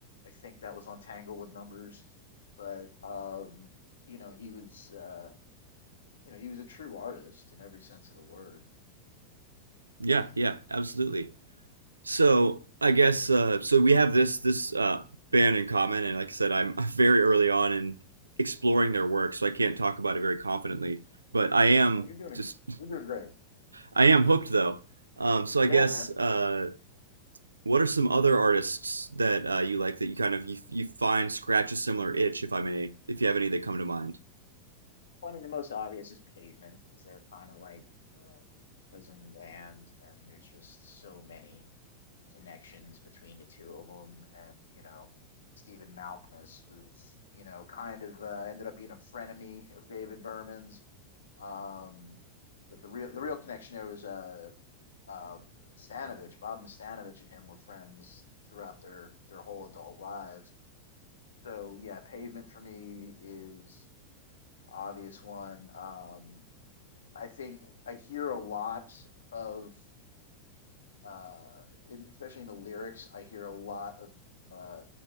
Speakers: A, on the left; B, on the right.
A: I think that was on Tanglewood Numbers, but um, you know, he was, uh, you know, he was a true artist in every sense of the word.
B: Yeah, yeah, absolutely. So I guess uh, so. We have this this uh, band in common, and like I said, I'm <laughs> very early on in exploring their work, so I can't talk about it very confidently. But I am
A: Oh, you're doing,
B: just
A: you're doing great.
B: I am hooked though. Um, so I
A: Yeah,
B: guess
A: man.
B: uh, what are some other artists that uh, you like that you kind of you, you find scratch a similar itch, if I may, if you have any that come to mind?
A: Well, I mean, the most obvious is Pavement, because they're kind of like uh, cousin band, and there's just so many connections between the two of them. And, you know, Stephen Malkmus was, you know, kind of uh, ended up being a frenemy of David Berman's. Um, but the real the real connection there was uh, uh, Nastanovich. Bob Nastanovich and him were friends throughout their their whole adult lives. So yeah, Pavement for me is obvious one. Um, I think I hear a lot of uh, in, especially in the lyrics, I hear a lot of uh,